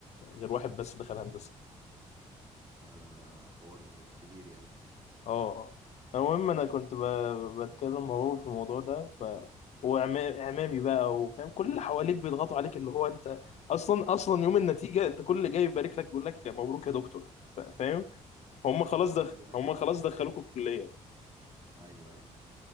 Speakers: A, on the left; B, on the right.
A: غير واحد بس دخل هندسة
B: لا لا لا حوار كبير يعني
A: اه اه. المهم انا كنت ب- بتكلم مع بابا في الموضوع ده ف هو عما- اعمامي بقى وفاهم كل اللي حواليك بيضغطوا عليك اللي هو انت اصلا اصلا يوم النتيجه انت كل اللي جاي يبارك لك بيقول لك مبروك يا دكتور ف- فاهم هم
B: <laughs>
A: خلاص
B: فخلاص
A: دخل
B: يعني
A: هم خلاص دخلوكوا الكليه
B: ايوه ايوه